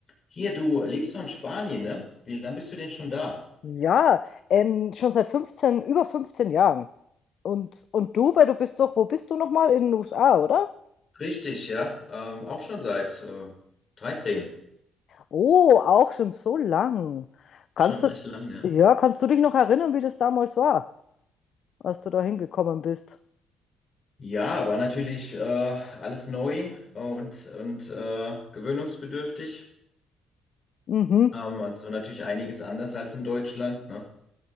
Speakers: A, on the left; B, on the left.
A: Hier, du lebst doch in Spanien, ne? Wie lange bist du denn schon da?
B: Ja, ähm, schon seit 15 über 15 Jahren. Und, und du, weil du bist doch, wo bist du nochmal? In den USA, oder?
A: Richtig, ja. Ähm, auch schon seit äh, 13.
B: Oh, auch schon so lang. Kannst
A: Schon recht
B: du,
A: lang, ja.
B: ja, kannst du dich noch erinnern, wie das damals war, als du da hingekommen bist?
A: Ja, war natürlich äh, alles neu äh, und, und äh, gewöhnungsbedürftig.
B: Mhm.
A: Ähm, und es war natürlich einiges anders als in Deutschland, ne?